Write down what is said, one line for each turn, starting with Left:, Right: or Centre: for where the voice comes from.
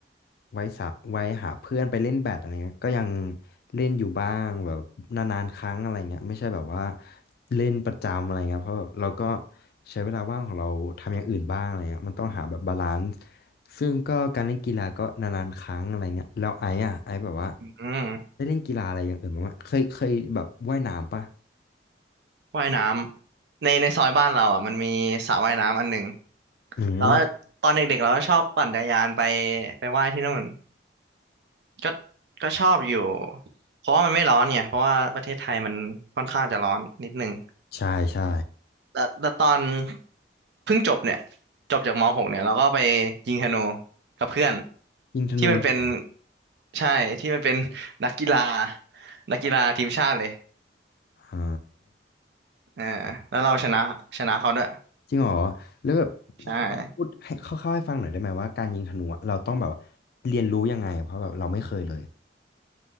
Left: ไว้สะไว้หาเพื่อนไปเล่นแบดอะไรเงี้ยก็ยังเล่นอยู่บ้างแบบนานๆครั้งอะไรเงี้ยไม่ใช่แบบว่าเล่นประจำอะไรเงี้ยเพราะแบบเราก็ใช้เวลาว่างของเราทำอย่างอื่นบ้างอะไรเงี้ยมันต้องหาแบบบาลานซ์ซึ่งก็การเล่นกีฬาก็นานๆครั้งอะไรเงี้ยแล้วไอ้อะไอ้แบบว่า
Right: อืม
Left: ได้เล่นกีฬาอะไรอย่างอื่นบ้างไหมเคยเคยแบบว่ายน้ำปะ
Right: ว่ายน้ำในในซอยบ้านเราอ่ะมันมีสระว่ายน้ำอันหนึ่ง
Left: อืม
Right: แล้วก็ตอนเด็กๆเราก็ชอบปั่นจักรยานไปไปว่ายที่นู่นก็ก็ชอบอยู่เพราะว่ามันไม่ร้อนเนี่ยเพราะว่าประเทศไทยมันค่อนข้างจะร้อนนิดนึง
Left: ใช่ใช่
Right: แล้วแล้ตอนเพิ่งจบเนี่ยจบจากม .6 เนี่ยเราก็ไปยิงธนูกับเพื่อน
Left: ยิงธนูเลยเหรอ
Right: ที่มันเป็นใช่ที่มันเป็นนักกีฬานักกีฬาทีมชาติเลย
Left: อ๋อ
Right: เออแล้วเราชนะชนะเขาด้วย
Left: จริงเหรอแล้วแบบ
Right: ใช่
Left: ลองพูดให้คร่าวๆให้ฟังหน่อยได้ไหมว่าการยิงธนูอะเราต้องแบบว่าเรียนรู้ยังไงอะเพราะแบบเราไม่เคยเลย